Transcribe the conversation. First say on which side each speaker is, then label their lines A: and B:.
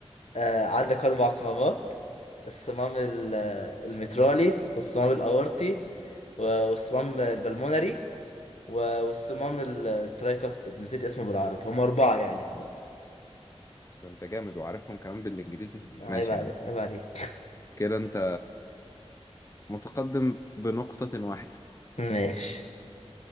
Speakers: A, on the left (about 80°); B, on the left (about 30°).
A: آه عندك أربع صمامات الصمام ال- المترالي والصمام الأورطي و- والصمام البلمونري و- والصمام الترايكاسبيد نسيت اسمه بالعربي هم أربعة يعني عامة
B: ده انت جامد وعارفهم كمان بالانجليزي
A: عيب
B: ماشي
A: علي-
B: يا عم
A: عيب عليك <laughs>
B: كده انت متقدم بنقطة واحدة
A: ماشي